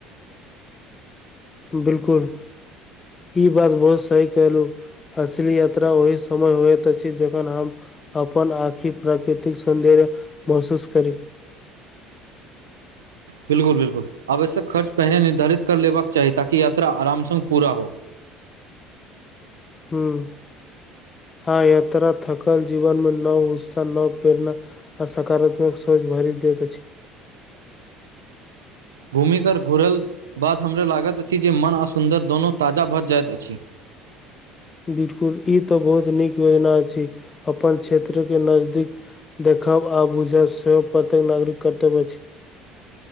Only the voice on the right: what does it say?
बिल्कुल बिल्कुल आवश्यक खर्च पहिने निर्धारित कर लेबाक चाही ताकि यात्रा आरामसँ पूरा हो।
घुमिकर घुरल बाद हमरा लागैत अछि जे मन आ सुन्दर दोनो ताजा भऽ जाइत अछि।